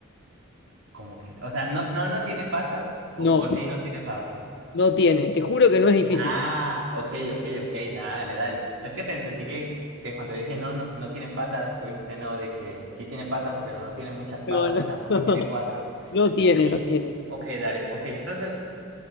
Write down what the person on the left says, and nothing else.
no,
no tiene. Te juro que no es difícil.
No, no.
<laughs>
No tiene,
no tiene.